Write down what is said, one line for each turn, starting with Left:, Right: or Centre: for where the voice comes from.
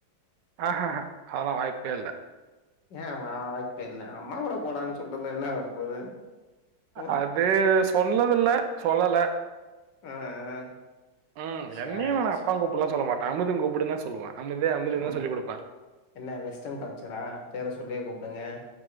Right: அஹாஹா ஆலா வாய்பே இல்ல
Left: யா வா வாய்ப்பே இல்ல அம்மாவோட போடான் சொல்டுத்ல என்னா வரப்போது ம்
Right: அது சொல்னதுல சொல்லல
Left: ஆ ஆ
Right: உம்
Left: சேரி
Right: என்னையு வேணா
Left: சே
Right: அப்பாங் கூப் ப்பல்லா சொல்லாமாட்டா அமுதுங் கூப்டன்னே சொல்லுவா அமிர்தே அமிதினு
Left: ம்
Right: சொல்லி குடுப்பா
Left: என்ன வெஸ்ட்டன் கல்ச்சரா பேர சொல்லியே கூப்டுங்க